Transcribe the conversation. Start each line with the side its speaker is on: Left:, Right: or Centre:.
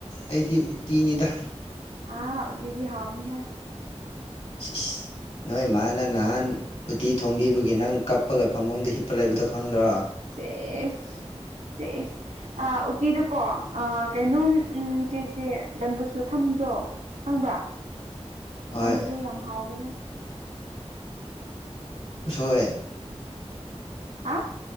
Left: ꯑꯩꯗꯤ ꯎꯇꯤꯅꯤꯗ
Right: ꯑꯥ ꯎꯇꯤꯗꯤ ꯍꯥꯎꯅꯤꯍꯦ
Left: <unintelligible> ꯅꯣꯏ ꯃꯥꯅ ꯅꯍꯥꯟ ꯎꯇꯤ ꯊꯣꯡꯕꯤꯕꯒꯤ ꯅꯪ ꯀꯞꯄꯒ ꯐꯃꯨꯡꯗ ꯍꯤꯞꯄ ꯂꯩꯕꯗꯣ ꯈꯪꯗ꯭ꯔꯣ
Right: ꯆꯦꯁ ꯆꯦꯁ ꯑ ꯎꯇꯤꯗꯨꯀꯣ ꯑ ꯀꯩꯅꯣꯝ ꯎꯝ ꯆꯦꯆꯦ ꯕꯦꯝꯕꯨꯁꯨꯠ ꯊꯝꯕꯗꯣ ꯈꯪꯕ꯭ꯔ
Left: ꯍꯣꯏ
Right: ꯊꯝꯂꯗꯤ ꯌꯥꯝ ꯍꯥꯎꯕꯅꯦ
Left: ꯎꯁ‌ꯣꯏ
Right: ꯍꯥ